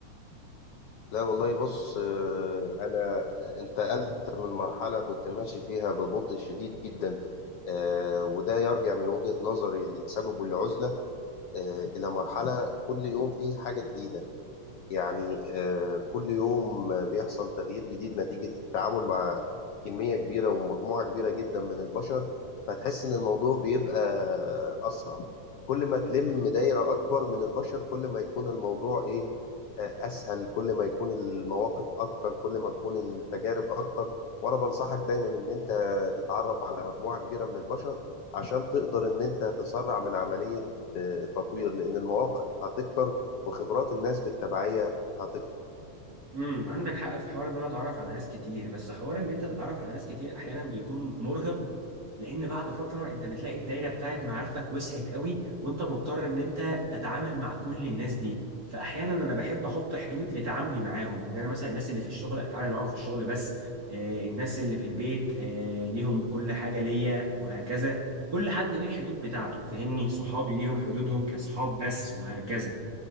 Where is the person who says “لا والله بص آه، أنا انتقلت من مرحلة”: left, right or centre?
Left